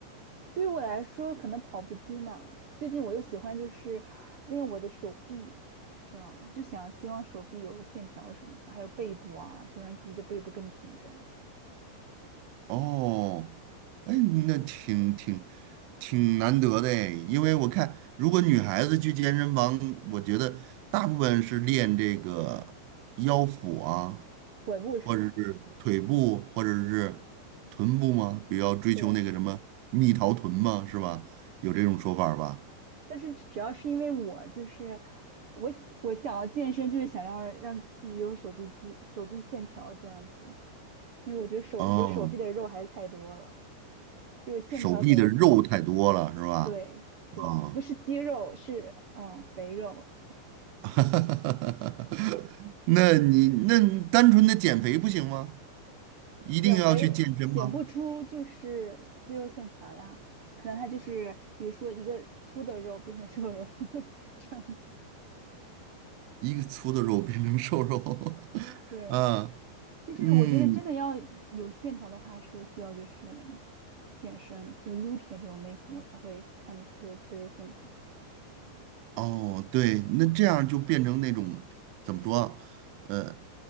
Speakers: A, on the right; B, on the right.
A: 对于我来说，可能跑步机嘛，最近我又喜欢就是练我的手臂，这样就想希望手臂有线条什么的，还有背部啊，就让自己的背部更挺，这样
B: 哦，哎，那挺挺挺难得的哎因为我看如果女孩子去健身房，我觉得大部分是练这个腰腹啊，
A: 腿部是吗？
B: 或者是腿部，或者是臀部吗？比较追求那个什么蜜桃臀吗？
A: 对，
B: 是吧？有这种说法儿吧？
A: 但是主要是因为我就是我喜我想要健身，就是想要让自己有手臂肌、手臂线条这样子。因为我觉得手我手臂的肉还是太多了，
B: 哦，
A: 就线条感觉
B: 手臂的肉太多了，是吧？
A: 对对，
B: 啊、
A: 不是肌肉是嗯肥肉，
B: <laughs> 那你那单纯的减肥不行吗？一定要去健身吗？
A: 减肥减不出就是肌肉线条呀，可能它就是比如说一个粗的肉变成瘦肉 <laughs> 这样子，
B: 一个粗的肉变成瘦肉，<laughs>
A: 对，
B: 啊，
A: 就是我觉得真的要有线条的话是需要就是
B: 嗯，
A: 健身，就撸铁这种类型的才会看得出肌肉线条，
B: 哦，对，那这样就变成那种怎么说啊？呃。